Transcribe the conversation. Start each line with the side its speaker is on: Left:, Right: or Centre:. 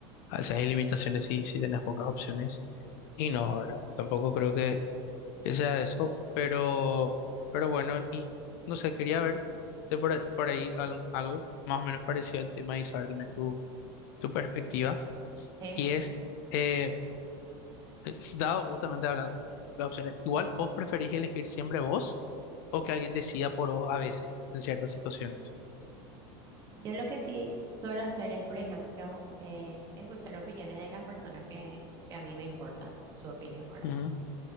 Left: a veces hay limitaciones si, si tenés pocas opciones, y no, ¿verdad? Tampoco creo que, que sea eso, pero, pero bueno, y no sé, quería ver de por, a- por ahí algún- algo más o menos parecido al tema y saber también tu, tu perspectiva,
Right: ¿sí?
Left: y es, eh, es dado justamente hablando de las opciones, igual vos preferís elegir siempre vos. o que alguien decida por vos a veces, en ciertas situaciones.
Right: Yo lo que sí suelo hacer es, por ejemplo, eh, escuchar opiniones de las personas que, que a mí me importan, su opinión, ¿verdad?
Left: Ujú,